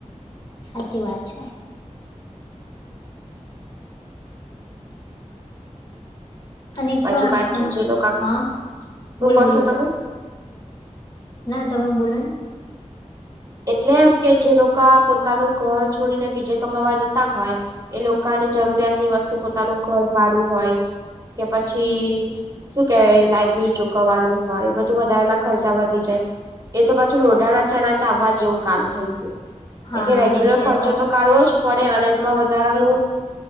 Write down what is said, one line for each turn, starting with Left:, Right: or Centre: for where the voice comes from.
Left: સાચી વાત છે. અને એક
Right: પછી
Left: તો આ
Right: પાછો
Left: સમ
Right: જે લોકો
Left: હા
Right: શું
Left: બોલો
Right: કહો
Left: બોલો
Right: છો
Left: બોલો
Right: તમે.
Left: ના તમે બોલને.
Right: એટલે એમ કે જે લોકા પોતાનું ઘર છોડીને બીજે કમાવા જતા હોય એ લોકા ને જરૂરિયાત ની વસ્તુ પોતાનું ઘર ભાડું હોય કે પછી શું કેવાય એ લાઈટ બિલ ચૂકવવાનું હોય બધું વધારેાના ખર્ચા વધી જાય. એ તો પાછું લોઢાના ચણા ચાવવા જેવું કામ થઈ ગયું.
Left: હા
Right: એ કે રેગ્યુલર
Left: અને અત્યારે
Right: ખર્ચો તો કાઢવો જ પડે અને એમાં વ વધારાનું